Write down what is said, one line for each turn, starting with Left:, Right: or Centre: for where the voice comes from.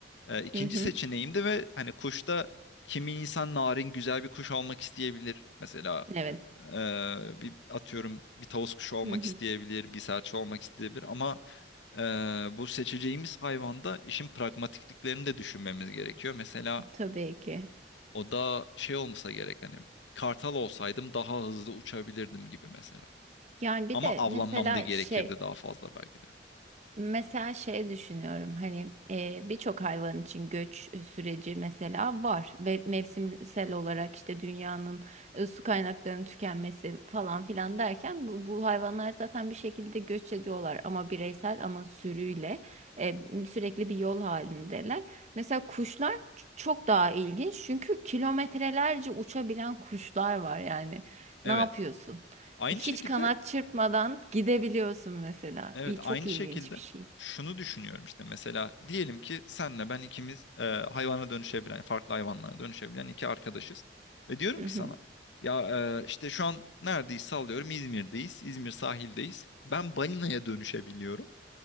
Left: e, ikinci
Right: Hı hı.
Left: seçeneğimdi ve hani kuşta kimi insan narin güzel bir kuş olmak isteyebilir. Mesela
Right: Evet.
Left: e, bir atıyorum bir tavus kuşu olmak
Right: Hı hı.
Left: isteyebilir, bir serçe olmak isteyebilir ama e, bu seçeceğimiz hayvanda işin pragmatikliklerini de düşünmemiz gerekiyor. Mesela
Right: Tabii ki.
Left: o da şey olmasa gerek hani kartal olsaydım daha hızlı uçabilirdim gibi mesela.
Right: Yani bir
Left: Ama
Right: de
Left: avlanmam
Right: mesela
Left: da gerekirdi
Right: şey
Left: daha fazla belki de.
Right: Mesela şey düşünüyorum hani e, birçok hayvan için göç süreci mesela var ve mevsimsel olarak işte dünyanın e, su kaynaklarının tükenmesi falan filan derken bu, bu hayvanlar zaten bir şekilde göç ediyorlar ama bireysel ama sürüyle e, sürekli bir yol halindeler. Mesela kuşlar ç- çok daha ilginç çünkü kilometrelerce uçabilen kuşlar var yani
Left: Evet.
Right: ne yapıyorsun?
Left: Aynı
Right: Hiç
Left: şekilde
Right: kanat çırpmadan gidebiliyorsun mesela.
Left: Evet
Right: İyi,
Left: aynı
Right: çok ilginç
Left: şekilde
Right: bir şey.
Left: şunu düşünüyorum işte mesela diyelim ki senle ben ikimiz e, hayvana dönüşebilen farklı hayvanlara dönüşebilen iki arkadaşız ve diyorum
Right: Hı
Left: ki
Right: hı.
Left: sana ya e, işte şu an neredeyiz sallıyorum İzmir'deyiz İzmir sahildeyiz ben balinaya dönüşebiliyorum